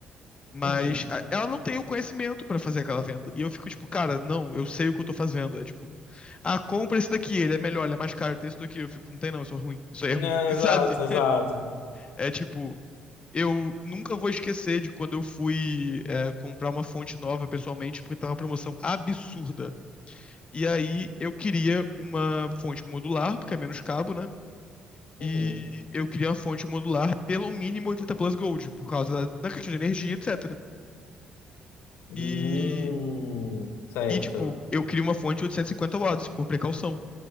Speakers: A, on the left; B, on the left.
A: Mas
B: Uhum.
A: a- ela não tem o conhecimento pra fazer aquela venda. E eu fico tipo, cara, não, eu sei o que eu tô fazendo. É tipo, ah, compra esse daqui, ele é melhor, ele é mais caro, tem esse daqui. Eu fico, não tem não, isso é ruim, isso aí
B: Né,
A: é ruim, <laughs>
B: exato,
A: sabe?
B: exato.
A: É tipo, eu nunca vou esquecer de quando eu fui é, comprar uma fonte nova pessoalmente, porque tava uma promoção absurda. E aí eu queria uma fonte modular, porque é menos cabo, né?
B: Uhum.
A: E eu queria uma fonte modular pelo mínimo 80 plus Gold, por causa da, da questão de energia, etc.
B: Hum,
A: E,
B: certo.
A: e, tipo, eu queria uma fonte de 850 watts, por precaução.